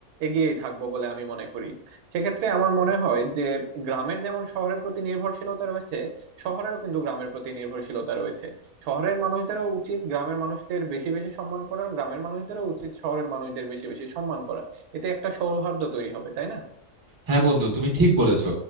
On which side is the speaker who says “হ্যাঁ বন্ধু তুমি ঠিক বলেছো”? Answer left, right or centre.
Right